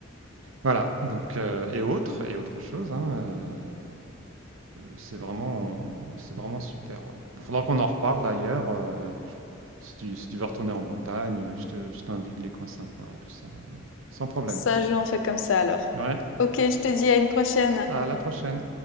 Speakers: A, on the right; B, on the left.
A: Voilà, donc euh, et autres
B: Mmh.
A: et autre chose, hein, euh, c'est vraiment c'est vraiment super. Ouais. Bon, faudra qu'on en reparle d'ailleurs. euh, si, tu, si tu veux retourner en Bretagne, euh, je te- je t'indique les coins sympas et tout ça, euh, sans problème.
B: Ça joue, on fait comme ça alors.
A: Ouais,
B: Ok, je te dis à une prochaine.
A: à la prochaine.